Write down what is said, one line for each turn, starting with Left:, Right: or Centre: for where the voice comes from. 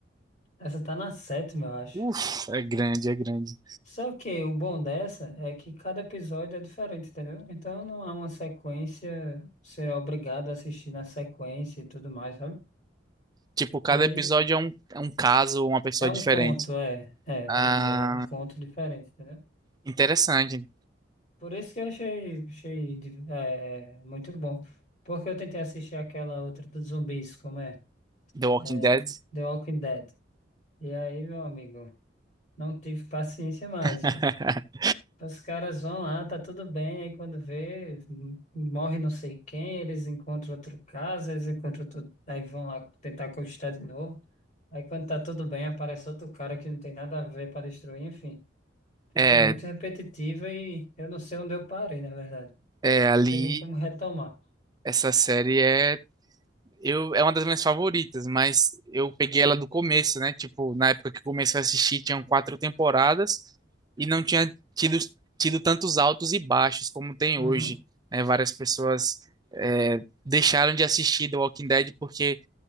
Left: <laughs> Essa tá na sétima, eu acho.
Right: Uf, é grande, é grande.
Left: Só que o bom dessa é que cada episódio é diferente, entendeu? Então não há uma sequência, você é obrigado a assistir na sequência e tudo mais, sabe?
Right: Tipo, cada
Left: E aí
Right: episódio é um, é um caso, uma pessoa
Left: é um
Right: diferente.
Left: conto, é, é, vamos
Right: Ah,
Left: dizer, é um conto diferente, entendeu?
Right: interessante.
Left: Por isso que eu achei, achei é, é, muito bom. Porque eu tentei assistir aquela outra dos zumbis, como é?
Right: The Walking
Left: É,
Right: Dead.
Left: The Walking Dead. E aí, meu amigo, não tive paciência mais,
Right: <laughs>
Left: velho. Os caras vão lá, tá tudo bem, aí quando vê, m- morre não sei quem, eles encontram outro caso, eles encontram outro... Aí vão lá tentar conquistar de novo. Aí quando tá tudo bem, aparece outro cara que não tem nada a ver para destruir, enfim. Ficou
Right: É,
Left: muito repetitiva e eu não sei onde eu parei, na verdade.
Right: é ali,
Left: sei nem como retomar.
Right: essa série é Eu, é uma das minhas favoritas, mas eu peguei ela do começo, né? Tipo, na época que eu comecei a assistir, tinham quatro temporadas e não tinha tido, tido tantos altos e baixos como tem
Left: Uhum,
Right: hoje, né? Várias pessoas é, deixaram de assistir The Walking Dead porque